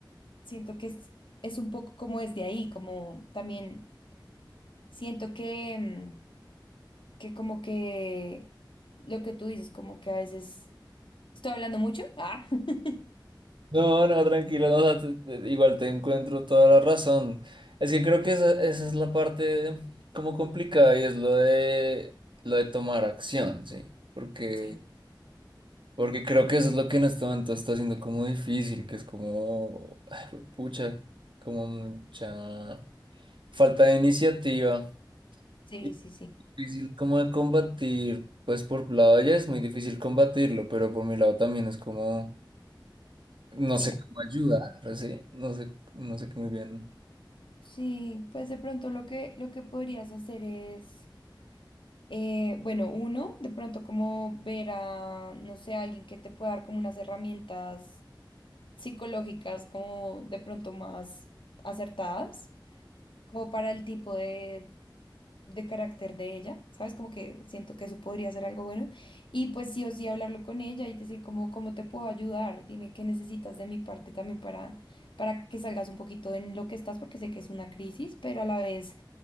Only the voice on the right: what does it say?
No, no, tranquilo, no, o sea, te- te- igual te encuentro toda la razón. Es que creo que esa, esa es la parte como complicada y es lo de lo de tomar acción, sí, porque
Porque creo que eso es lo que en este momento está haciendo como difícil, que es como, ay, güey, pucha, como mucha falta de iniciativa.
Y
difícil como de combatir, pues por tu lado ya es muy difícil combatirlo, pero por mi lado también es como, no
sé cómo ayudar, ¿sí? No sé, no sé qué muy bien.